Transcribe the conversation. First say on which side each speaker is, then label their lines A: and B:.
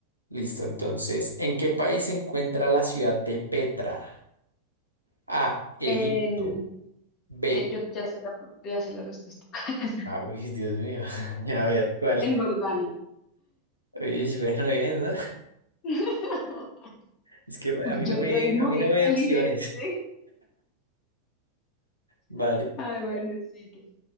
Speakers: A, on the left; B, on the left.
A: Listo, entonces, ¿en qué país se encuentra la ciudad de Petra? A, Egipto.
B: En,
A: B.
B: en- yo ya sé la, ya sé la respuesta. <laughs>
A: Ah, uy, Dios mío. <laughs> A ver, ¿cuál?
B: En Jordania.
A: Uy, <laughs> bueno, bien, ¿no?
B: <laughs>
A: Es que a mí no
B: Yo
A: me,
B: soy muy
A: a mí no me hay
B: inteligente.
A: opciones. Vale.
B: <laughs> Ay, bueno, sigue.